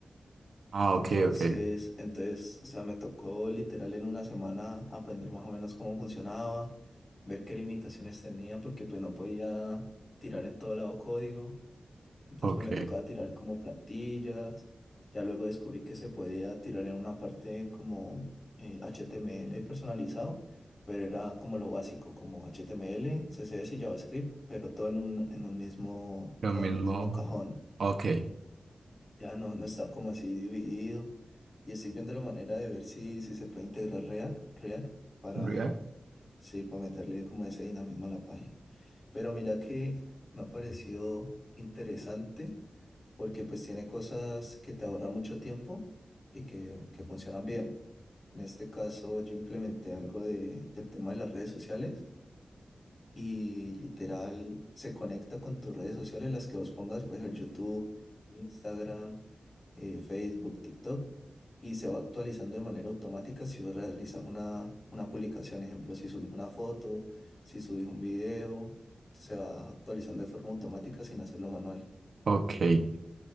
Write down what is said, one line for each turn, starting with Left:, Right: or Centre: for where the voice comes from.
Right: Ah,
Left: Entonces,
Right: ok, ok,
Left: entonces, o sea, me tocó literal en una semana aprender más o menos cómo funcionaba, ver qué limitaciones tenía, porque pues no podía tirar en todo lado código. Entonces,
Right: ok.
Left: pues me tocaba tirar como plantillas. Ya luego descubrí que se podía tirar en una parte como eh, HTML personalizado, pero era como lo básico, como HTML, CSS y JavaScript, pero todo en un, en un mismo,
Right: Lo
Left: con
Right: mismo.
Left: un mismo cajón.
Right: Ok.
Left: Ya no, no está como así dividido. Y estoy viendo la manera de ver si, si se puede integrar React, React para,
Right: React.
Left: sí, para meterle como ese dinamismo a la página. Pero mira que me ha parecido interesante porque pues tiene cosas que te ahorran mucho tiempo y que, que funcionan bien. En este caso yo implementé algo de, del tema de las redes sociales y literal se conecta con tus redes sociales, las que vos pongas, puede ser YouTube, Instagram, eh, Facebook, TikTok, y se va actualizando de manera automática si vos realizas una, una publicación, ejemplo, si subís una foto, si subís un video, se va actualizando de forma automática sin hacerlo manual.
Right: Ok, y